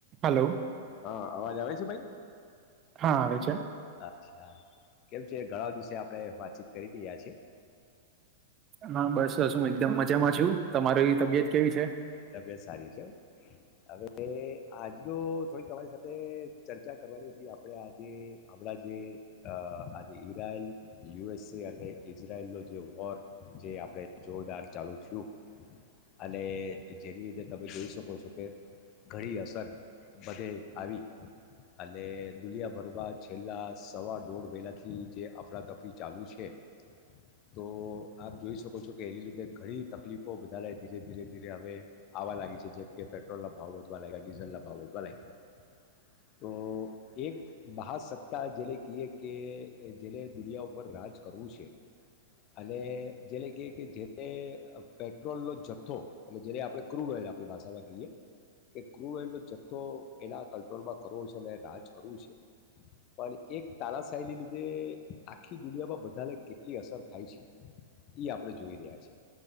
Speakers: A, on the right (about 25°); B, on the left (about 35°).
A: Hello
B: હા અવાજ આવે છે ભાઈ.
A: હા આવે છે.
B: અચ્છા કેમ છે ઘણા દિવસે આપડણે વાતચીત કરી રહ્યા છીએ.
A: હા બસસ હું એકદમ મજામાં છું. તમારી તબિયત કેવી છે
B: તબિયત સારી છે હવે. એ આજ જો થોડીક તમારી સાથે ચર્ચા કરવાની હતી આપણે આજે હમણાં જે આજે ઈરાયલ યુ એસએ અને ઈઝરાયલનો જે વૉર જે આપણે જોરદાર ચાલુ થયું. અને જેની રીધે તમે જોઈ શકો છો કે ઘણી અસર બધે આવી અને દુનિયાભરમાં છેલ્લા સવા દોઢ વહેલાથી જે અફડાતફરી ચાલુ છે તો આપ જોઈ શકો છો કે એની લીધે ઘણી તકલીફ તો વધાને ધીરે ધીરે ધીરે હવે આવવા લાગી છે જેમ કે પેટ્રોલના ભાવ વધવા લાગ્યા ડીઝલના ભાવ વધવા લાગ્યા તો એક મહાસત્તા જેલે કહીએ કે જેને દુનિયા ઉપર રાજ કરવું છે અને જેલે કહીએ કે જે પેટ્રોલનો જથ્થો એટલે જ્યારે આપણે ક્રૂડ ઓઇલ આપણી ભાષામાં કહીએ કે ક્રૂડ ઓઇલનો જથ્થો એના કંટ્રોલમાં કરવો છે અને રાજ કરવો છે પણ એક તાલાશાહીને લીધે આખી દુનિયામાં બધાને કેટલી અસર થાય છે એ આપણે જોઈ રહ્યા છે.